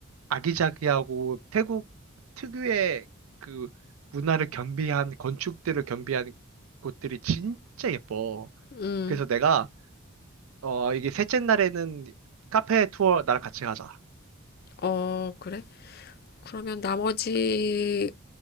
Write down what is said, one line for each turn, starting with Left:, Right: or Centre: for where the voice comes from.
Right: 아기자기하고 태국 특유의 그 문화를 겸비한 건축들을 겸비한 곳들이 진짜 예뻐.
Left: 음,
Right: 그래서 내가 어 이게 셋째 날에는 카페 투어 나랑 같이 가자.
Left: 어, 그래? 그러면 나머지,